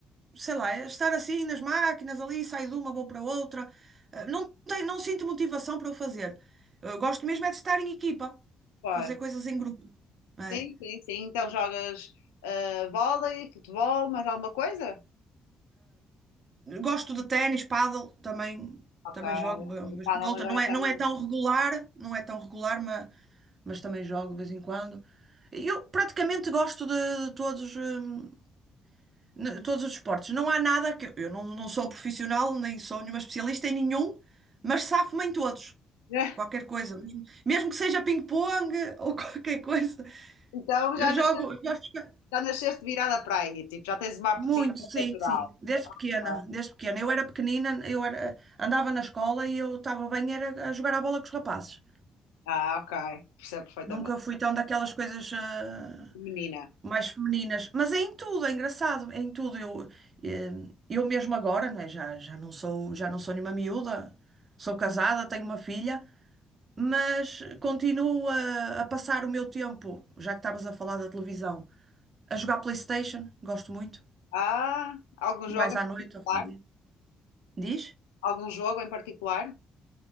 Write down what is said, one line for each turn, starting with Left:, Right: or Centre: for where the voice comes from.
Right: sei lá, estar assim nas máquinas, ali saio de uma, vou para outra. Eh, Não tem, não sinto motivação para o fazer. Eu gosto mesmo é de estar em equipa,
Left: Pois.
Right: fazer coisas em grupo. né?
Left: Sim, sim, sim. Então jogas ah, vôlei, futebol, mais alguma coisa?
Right: Gosto de ténis, pádel, também,
Left: Ok.
Right: também jogo, mas
Left: Mas o pádel
Right: por outra.
Left: agora
Right: Não
Left: está
Right: é, não
Left: bem.
Right: é tão regular, não é tão regular, mas, mas também jogo de vez em quando. Eu praticamente gosto de, de todos, hum, n- todos os esportes. Não há nada que eu não, não sou profissional, nem sou nenhuma especialista em nenhum, mas safo-me em todos.
Left: <laughs>
Right: Qualquer coisa, mesmo, mesmo que seja ping-pong ou <laughs> qualquer coisa.
Left: Então
Right: Eu
Left: já
Right: jogo,
Left: nasceste,
Right: eu gosto de-
Left: já nasceste virada para aí. Tipo, já tens uma apetite
Right: muito, sim,
Left: natural.
Right: sim. Desde pequena,
Left: Ah,
Right: desde pequena. Eu era pequenina, eu era, andava na escola e eu estava bem era a jogar a bola com os rapazes.
Left: ah, ok. Percebo perfeitamente.
Right: Nunca fui tão daquelas coisas ah,
Left: Menina.
Right: mais femininas. Mas é em tudo, é engraçado, é em tudo. Eu, eh, eu mesmo agora, não é? Já, já não sou, já não sou nenhuma miúda. Sou casada, tenho uma filha. mas continuo a, a passar o meu tempo, já que estavas a falar da televisão, a jogar PlayStation, gosto muito,
Left: Ah, algum
Right: e
Left: jogo
Right: mais
Left: em
Right: à
Left: particular?
Right: noite, ao fazer. Diz?
Left: Algum jogo em particular?